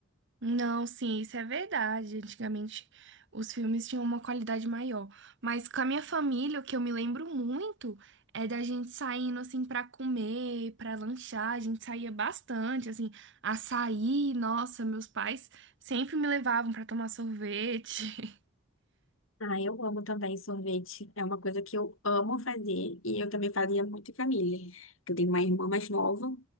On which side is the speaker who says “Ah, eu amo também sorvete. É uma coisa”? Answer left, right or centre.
Left